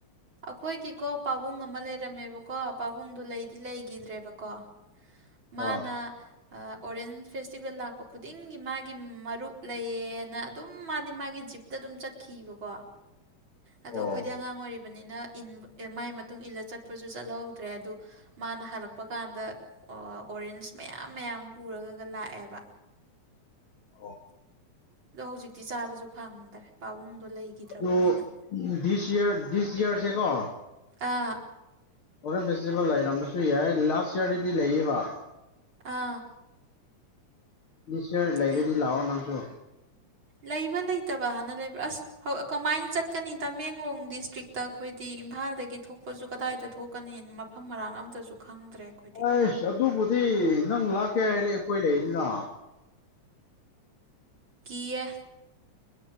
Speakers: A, on the right (about 40°); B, on the left (about 45°).
A: ꯑꯩꯈꯣꯏꯒꯤꯀꯣ ꯄꯥꯕꯨꯡ ꯑꯃ ꯂꯩꯔꯝꯃꯦꯕꯀꯣ ꯄꯥꯕꯨꯡꯗꯣ ꯂꯩꯗꯤ ꯂꯩꯗꯤꯒ꯭ꯔꯦꯗꯕꯀꯣ ꯃꯥꯅꯥ
B: ꯑꯣ
A: ꯑꯥ ꯑꯣꯔꯦꯟꯁ ꯐꯦꯁꯇꯤꯚꯦꯜ ꯂꯥꯛꯄ ꯈꯨꯗꯤꯡꯒꯤ ꯃꯥꯒꯤ ꯃꯔꯨꯞ ꯂꯩꯌꯦꯅ ꯑꯗꯨꯝ ꯃꯥꯗꯤ ꯃꯥꯒꯤ ꯖꯤꯞꯇ ꯑꯗꯨꯝ ꯆꯠꯈꯤꯕꯀꯣ ꯑꯗꯣ
B: ꯑꯣ
A: ꯑꯩꯈꯣꯏꯗꯤ ꯑꯉꯥꯡ ꯑꯣꯏꯔꯤꯞ ꯕꯅꯤꯅ ꯏꯟꯕ ꯑꯦ ꯃꯥꯏ ꯃꯇꯨꯡ ꯏꯜꯂ ꯆꯠꯄꯁꯨ ꯆꯠꯍꯧꯗ꯭ꯔꯦ ꯑꯗꯨ ꯃꯥꯅ ꯍꯜꯂꯛꯄ ꯀꯥꯟꯗ ꯑꯣꯔꯦꯟꯖ ꯃꯌꯥꯝ ꯃꯌꯥꯝ ꯄꯨꯔꯒꯒ ꯂꯥꯛꯑꯦꯕ
B: <unintelligible> <unintelligible>
A: ꯑꯗꯣ ꯍꯧꯖꯤꯛꯇꯤ ꯆꯥꯕꯁꯨ ꯐꯪꯗ꯭ꯔꯦ ꯄꯥꯕꯨꯡꯗꯣ ꯂꯩꯒꯤꯗ꯭ꯔꯕꯅꯤꯅ
B: ꯑꯗꯨ ꯗꯤꯁ ꯏꯌꯔ ꯗꯤꯁ ꯏꯌꯔꯁꯦ ꯀꯣ
A: ꯇꯥ
B: ꯑꯣꯔꯦꯟ ꯐꯦꯁꯇꯤꯕꯦꯜ ꯂꯩꯔꯝꯕꯁꯨ ꯌꯥꯏ ꯂꯥꯁ ꯏꯌꯥꯔꯗꯗꯤ ꯂꯩꯌꯦꯕ
A: ꯑꯥ
B: ꯅꯤꯁꯌꯔ ꯂꯩꯔꯗꯤ
A: ꯜ-
B: ꯂꯥꯛꯑꯣ ꯅꯪꯁꯨ
A: ꯂꯩꯕ ꯂꯩꯇꯕ ꯍꯥꯟꯅ ꯂꯩꯕ꯭ꯔꯥ ꯑꯁ ꯀꯃꯥꯏꯅ ꯆꯠꯀꯅꯤ ꯇꯃꯦꯡꯂꯣꯡ ꯗꯤꯁꯇ꯭ꯔꯤꯛꯇ ꯑꯩꯈꯣꯏꯗꯤ ꯏꯝꯐꯥꯜꯗꯒꯤ ꯊꯣꯛꯄꯁꯨ ꯀꯗꯥꯏꯗ ꯊꯣꯛꯀꯅꯤ ꯃꯐꯝ ꯃꯔꯥꯡ ꯑꯝꯇꯁꯨ ꯈꯪꯗ꯭ꯔꯦ ꯑꯩꯈꯣꯏꯗꯤ
B: ꯑ ꯑꯗꯨꯕꯨꯗꯤ ꯅꯪ ꯂꯥꯛ ꯀꯩ ꯑꯩꯈꯣꯏ ꯂꯩꯅꯤꯅ
A: ꯀꯌꯦ